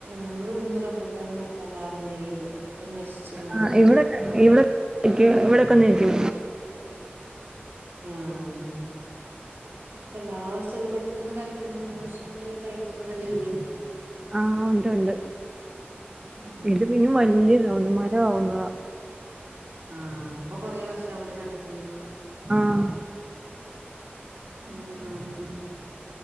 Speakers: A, on the right (about 70°); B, on the right (about 15°).
A: നമ്മള് ഇവിടന്ന് റബൂ പെട്ടെന്ന് നട്ടാൽ ആവുന്നേയില്ല പെട്ടെന്ന് നശിച്ചു പോവുന്നൊക്കെ
B: ആഹ് ഇവിടെ ഇവിടെ ക്കൊന്നിരിക്കെ
A: ആഹ് എല്ലാ സ്ഥലും പെട്ടെന്ന് കഴിക്കുന്ന് മൂന്ന് വർഷം കൊണ്ടല്ലാം കായി ക്കുന്നതല്ല ഇല്ലേ
B: ആഹ് ഉണ്ട് ഉണ്ട്
A: ഉം
B: ഇത് പിന്നെ വലിയതാവുന്ന മരം ആവുന്നതാ
A: ആഹ് ഇപ്പൊ കൊറെേ വർഷാവുല്ലോ നട്ടിട്ട്
B: ആഹ്
A: ഉം മം മം